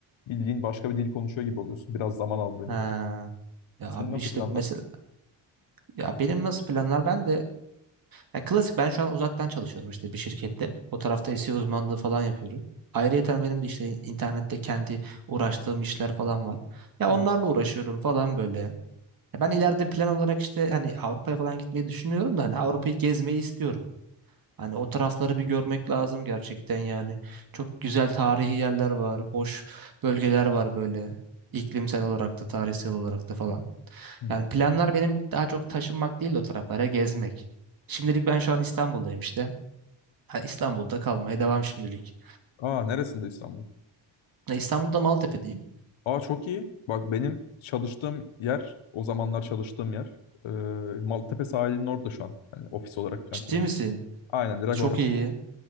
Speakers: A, on the left; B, on the right.
A: bildiğin başka bir dil konuşuyor gibi oluyorsun. Biraz zaman aldı benim.
B: Ha.
A: öyle.
B: Ya
A: Senin
B: abi
A: nasıl
B: işte
A: planlar?
B: mesela ya benim nasıl planlar ben de ya klasik ben şu an uzaktan çalışıyorum işte bir şirkette. O tarafta SEO uzmanlığı falan yapıyorum. Ayrıyeten benim de işte internette kendi uğraştığım işler falan var. Ya
A: Hı.
B: onlarla uğraşıyorum falan böyle. Ya ben ileride plan olarak işte hani Avrupa'ya falan gitmeyi düşünüyorum da hani Avrupa'yı gezmeyi istiyorum. Hani o tarafları bir görmek lazım gerçekten yani. Çok güzel tarihi yerler var, hoş bölgeler var böyle. iklimsel olarak da tarihsel olarak da falan.
A: Hı.
B: Yani planlar benim daha çok taşınmak değil de o taraflara gezmek. Şimdilik ben şu an İstanbul'dayım işte. Ha, İstanbul'da kalmaya devam şimdilik.
A: Aa neresinde İstanbul?
B: Ya İstanbul'da Maltepe'deyim.
A: Aa çok iyi. Bak benim çalıştığım yer, o zamanlar çalıştığım yer e, Maltepe sahilinin orada şu an. Hani ofis olarak falan
B: Ciddi
A: kullanıyorum.
B: misin?
A: Aynen direkt
B: Çok
A: orası.
B: iyi.